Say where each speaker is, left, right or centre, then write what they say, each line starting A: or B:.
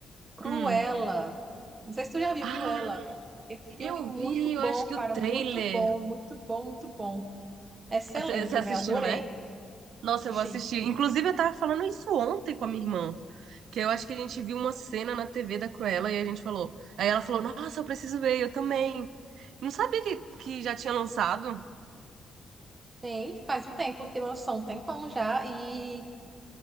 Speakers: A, on the right (about 20°); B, on the right (about 85°).
A: Cruella.
B: Hum.
A: Não sei se tu já viu
B: Ah,
A: Cruella. Esse filme
B: eu
A: muito
B: vi, eu
A: bom,
B: acho que
A: cara.
B: o trailer.
A: Muito bom, muito bom, muito bom. Excelente,
B: Você assistiu,
A: velho. Adorei
B: né? Nossa,
A: assistir.
B: eu vou assistir. Inclusive, eu tava falando isso ontem com a minha irmã. Que eu acho que a gente viu uma cena na TV da Cruella e a gente falou. Aí ela falou: Nossa, eu preciso ver, eu também. Não sabia que, que já tinha lançado.
A: Tem, faz um tempo que lançou, um tempão já. E